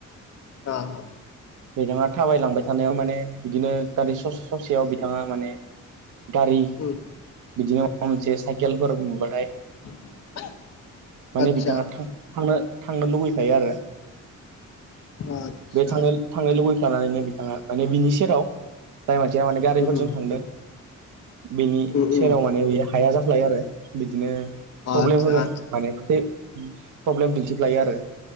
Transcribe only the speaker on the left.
आ
उम
<unintelligible>
आदसा
आदसा
उम उम
उम
उम
आदसा
आदसा